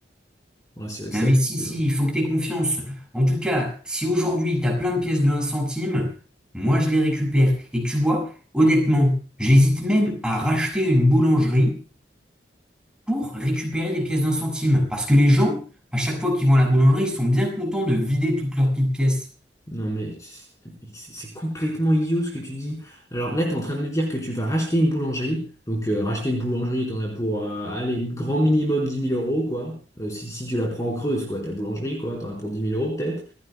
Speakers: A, on the left (about 20°); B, in the centre.
A: ouais, c'est c'est
B: Non, mais
A: ridicule.
B: si, si,
A: hein.
B: il faut que tu aies confiance. En tout cas, si aujourd'hui tu as plein de pièces de un centime, moi je les récupère. Et tu vois, honnêtement, j'hésite même à racheter une boulangerie pour récupérer des pièces d'un centime. Parce que les gens, à chaque fois qu'ils vont à la boulangerie, ils sont bien contents de vider toutes leurs petites pièces.
A: Non, mais c'est mais c'est- c'est complètement idiot ce que tu dis. Alors là, tu es en train de me dire que tu vas racheter une boulangerie. Donc, euh, racheter une boulangerie, tu en as pour, euh, allez, grand minimum dix mille euros, quoi. Euh, si, si tu la prends en creuse, quoi, ta boulangerie, quoi, tu en as pour dix mille euros peut-être.